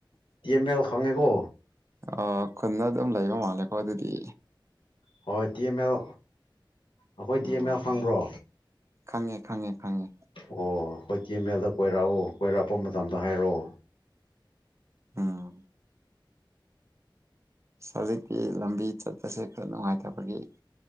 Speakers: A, on the left; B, on the right.
A: ꯀꯃꯦꯜ ꯈꯉꯦꯀꯣ
B: ꯑꯥ ꯈꯨꯟꯗ ꯑꯗꯨꯝ ꯂꯩꯕ ꯃꯥꯜꯂꯦꯀꯣ ꯑꯗꯨꯗꯤ
A: ꯍꯣꯏ ꯇꯤ ꯑꯦꯝ ꯑꯦꯜ ꯑꯩꯈꯣꯏ ꯇꯤ
B: ꯑꯣ
A: ꯑꯦꯝ ꯑꯦꯜ ꯈꯪꯕ꯭ꯔꯣ
B: ꯈꯪꯉꯦ ꯈꯪꯉꯦ ꯈꯪꯉꯦ
A: ꯑꯣ ꯑꯩꯏ ꯇꯤꯃꯦꯜꯗ ꯀꯣꯏꯔꯛꯑꯣ ꯀꯣꯏꯔꯛꯄ ꯃꯇꯝꯗ ꯍꯥꯏꯔꯛꯑꯣ
B: ꯑꯝ ꯍꯧꯖꯤꯛꯀꯤ ꯂꯝꯕꯤ ꯆꯠꯄꯁꯦ ꯈꯔ ꯅꯨꯡꯉꯥꯏꯇꯕꯒꯤ